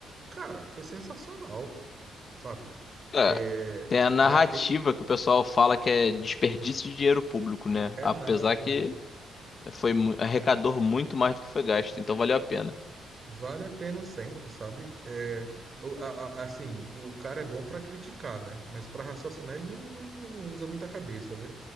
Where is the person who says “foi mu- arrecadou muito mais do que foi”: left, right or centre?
Left